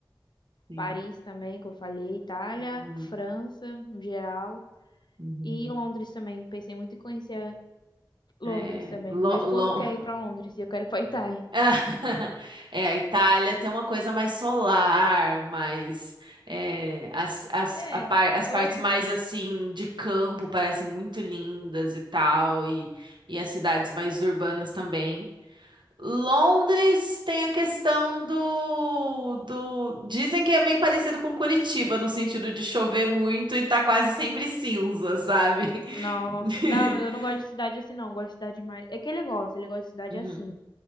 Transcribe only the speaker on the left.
Paris também, que eu falei. Itália,
França, no geral.
E Londres também. Pensei muito em conhecer Londres
também.
Meu esposo
quer ir pra Londres e eu quero ir pra Itália.
É,
eu
acho.
Nossa,
não, eu não gosto de cidade assim, não. Eu Gosto de cidade mais. É que ele gosta, ele gosta de cidade
assim.